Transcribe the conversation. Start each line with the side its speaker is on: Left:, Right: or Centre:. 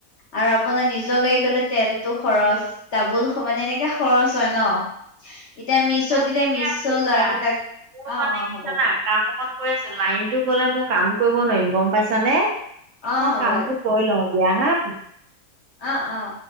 Left: আৰু আপোনাৰ নিজৰ গাড়ী গলে তেলটো খৰচ। দাবোল হয় মানে এনেকা খৰচ হয় ন। এতিয়া আমি-
Right: অ
Left: দিলে
Right: ঠিকে
Left: মিছৌ
Right: আছে
Left: লোৱা
Right: দিয়া
Left: কেইটাক।
Right: মোৰ
Left: অঁ
Right: মানে
Left: অঁ হ'ব
Right: কি জানা
Left: দিয়া।
Right: কাম অকন কৰি আছো। লাইনটো গলে মোৰ কাম কৰিব নোৱাৰিম গম পাইছা নে?
Left: অ',
Right: মই
Left: হ'ব
Right: কামটো কৰি লওঁ দিয়া হাঁ।
Left: অঁ অঁ।